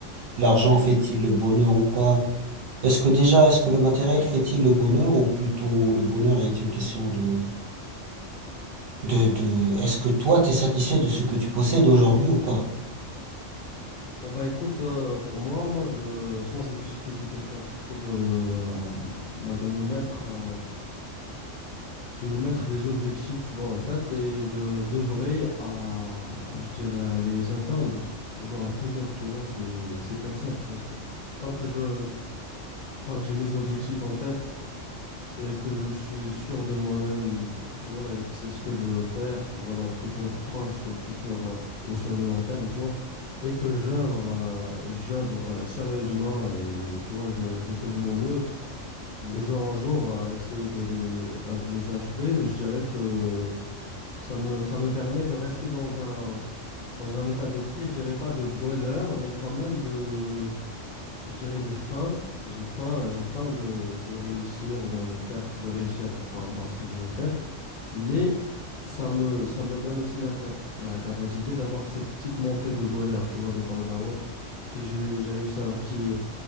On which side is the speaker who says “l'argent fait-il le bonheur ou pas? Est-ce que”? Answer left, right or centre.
Right